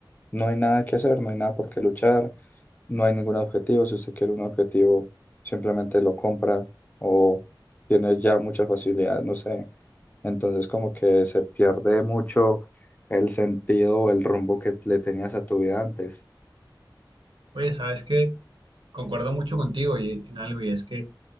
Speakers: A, on the left; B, on the right.
A: no hay nada que hacer, no hay nada por qué luchar, no hay ningún objetivo. Si usted quiere un objetivo, simplemente lo compra o tiene ya mucha facilidad, no sé. Entonces como que se pierde mucho el sentido o el rumbo que le tenías a tu vida antes.
B: Oye, ¿sabes qué? Concuerdo mucho contigo y en algo y es que